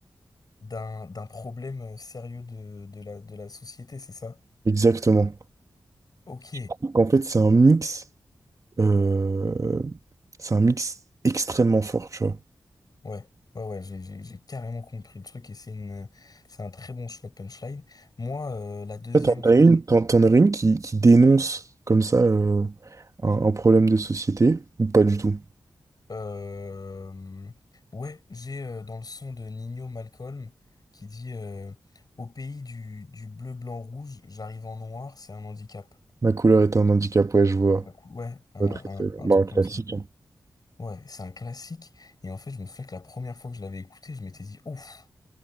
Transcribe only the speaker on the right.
Exactement.
Je trouve qu'en fait, c'est un mix, euh, c'est un mix extrêmement fort, tu vois.
En fait, t'en
as une,
t'en- t'en aurais une qui, qui dénonce comme ça euh, un, un problème de société, ou pas du tout.
Ma couleur est un handicap, ouais, je vois.
Ouais, très, très
bien.
Bah,
un classique.
hein.